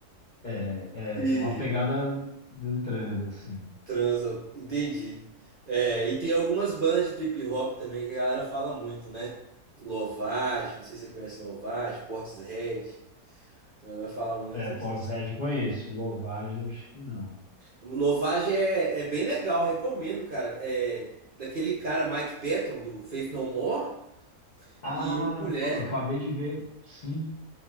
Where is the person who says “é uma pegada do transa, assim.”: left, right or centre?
Left